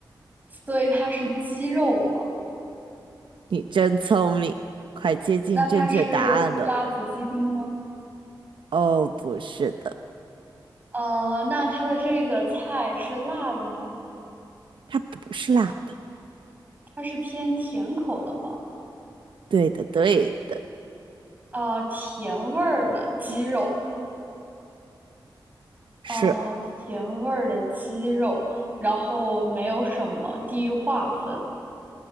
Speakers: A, on the right; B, on the right.
A: 所以它是鸡肉吗？
B: 你真聪明，快接近正确答案了。
A: 那它是辣子鸡丁吗？
B: 哦，不是的。
A: 呃，那它的这个菜是辣的吗？
B: 它不是辣的。
A: 它是偏甜口的吗？
B: 对的，对的，
A: 啊，甜味儿的鸡肉，啊，
B: 是
A: 甜味儿的鸡肉，然后没有什么地域划分。